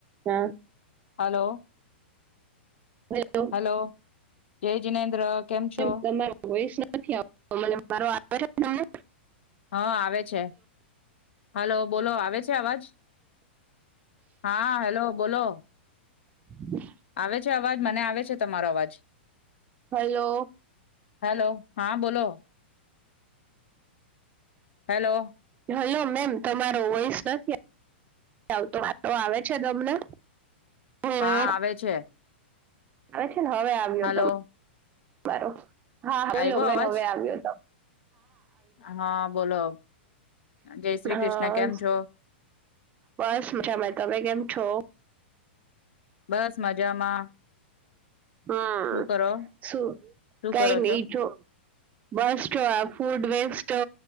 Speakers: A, on the right; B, on the left.
A: હા.
B: Hello.
A: Hello
B: hello, જય જીનેન્દ્ર, કેમ છો?
A: એમ તમારો વોઇસ નથી આવતો મને. મારો આવે છે તમને?
B: હા, આવે છે. હલો, બોલો આવે છે અવાજ? હા, હેલો બોલો.
A: <inaudible>
B: આવે છે અવાજ? મને આવે છે તમારો અવાજ.
A: હેલો
B: હેલો, હા બોલો. હેલો.
A: હલો મેમ, તમારો વોઇસ નથી આવતો, મારો આવે છે તમને? હેલો
B: હા, આવે છે.
A: આવે છે? હવે આવ્યો
B: હલો
A: ત મારો. હા, બોલો
B: આવ્યો
A: મેમ
B: અવાજ
A: હવે આવ્યો ત
B: હા, બોલો જય શ્રી કૃષ્ણ.
A: હા
B: કેમ છો?
A: બસ મજામાં. તમે કેમ છો?
B: બસ મજામાં.
A: હા,
B: શું કરો
A: શું
B: શું
A: કાઈ
B: કરો
A: નઈ
B: છો
A: જો બસ જો આ ફૂડ વેસ્ટ તો